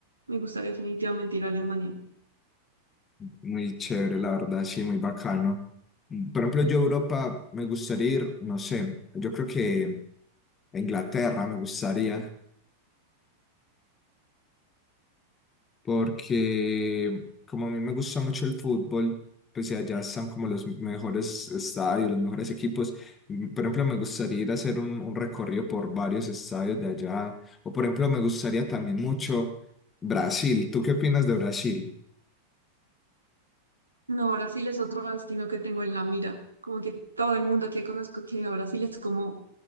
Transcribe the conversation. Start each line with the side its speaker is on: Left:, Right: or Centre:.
Right: Me gustaría definitivamente ir a Alemania.
Left: muy chévere, la verdad, sí, muy bacano. Mm, Por ejemplo, yo a Europa me gustaría ir, no sé, yo creo que a Inglaterra me gustaría. porque como a mí me gusta mucho el fútbol, pues y allá están como los mejores estadios, los mejores equipos. Mm, Por ejemplo, me gustaría ir a hacer un, un recorrido por varios estadios de allá. O por ejemplo, me gustaría también mucho Brasil. ¿Tú qué opinas de Brasil?
Right: No, Brasil es otro destino que tengo en la mira. Como que todo el mundo que conozco que ha ido a Brasil es como